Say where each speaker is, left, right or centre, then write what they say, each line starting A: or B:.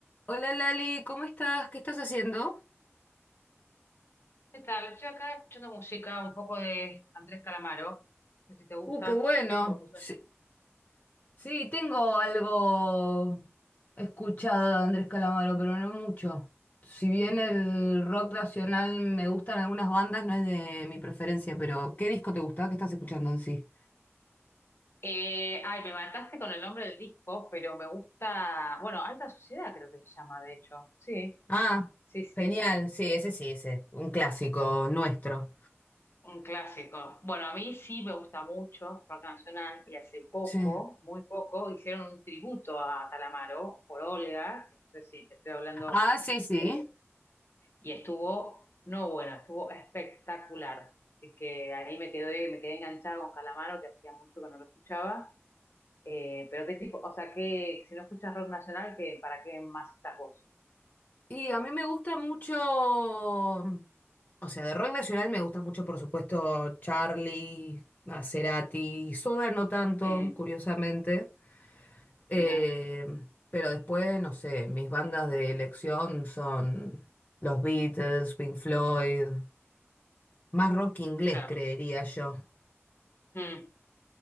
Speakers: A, on the left; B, on the left.
A: Hola Lali, ¿cómo estás? ¿Qué estás haciendo?
B: ¿Qué tal? Estoy acá escuchando música, un poco de Andrés Calamaro. No sé si te gusta
A: Uh, qué bueno.
B: qué tipo de música.
A: Sí,
B: te gusta.
A: sí, tengo algo escuchado de Andrés Calamaro, pero no mucho. Si bien el rock nacional me gustan algunas bandas, no es de mi preferencia, pero ¿qué disco te gusta? ¿Qué estás escuchando en sí?
B: Eh, ay, me mataste con el nombre del disco, pero me gusta, bueno, Alta Sociedad creo que se llama, de hecho. Sí,
A: Ah,
B: sí, sí.
A: genial. Sí, ese sí, ese. Un clásico nuestro.
B: Un clásico. Bueno, a mí sí me gusta mucho rock nacional y hace poco,
A: Sí.
B: muy poco, hicieron un tributo a Calamaro por Olga, que no sé si te estoy hablando
A: Ah, sí, sí.
B: eh, Y estuvo, no bueno, estuvo espectacular. Así que ahí me quedé, me quedé enganchada con Calamaro, que hacía mucho que no lo escuchaba. Eh, pero qué tipo, o sea, que si no escuchas rock nacional, qué ¿para qué más estás vos?
A: Y a mí me gusta mucho, o sea, de rock nacional me gusta mucho, por supuesto, Charlie, a Cerati, Soda no tanto,
B: Mm,
A: curiosamente. Eh,
B: mira,
A: pero después, no sé, mis bandas de elección son los Beatles, Pink Floyd, más rock inglés,
B: claro.
A: creería yo.
B: Mm,